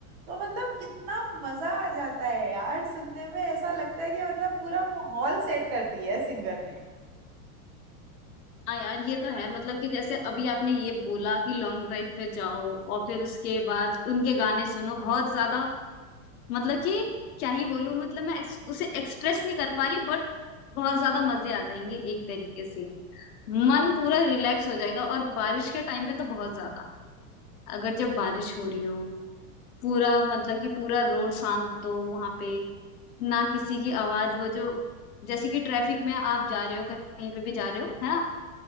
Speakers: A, on the right; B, on the left.
A: तो मतलब कितना मजा आ जाता है यार सुनने में ऐसा लगता है कि मतलब पूरा माहौल सेट कर दिया है सिंगर ने
B: हाँ यार ये तो है मतलब कि जैसे अभी आपने ये बोला कि लॉन्ग ड्राइव पे जाओ और फिर उसके बाद उनके गाने सुनो बहुत ज्यादा मतलब कि क्या ही बोलूं मतलब मैं एक्स, उसे एक्सप्रेस नहीं कर पा रही बट बहुत ज्यादा मजे आ जाएंगे एक तरीके से मन पूरा रिलैक्स हो जाएगा और बारिश के टाइम पे तो बहुत ज्यादा अगर जब बारिश हो रही हो पूरा मतलब कि पूरा रोड शांत हो वहां पे ना किसी की आवाज वो जो जैसे कि ट्रैफिक में आप जा रहे हो कहीं पे भी जा रहे हो है ना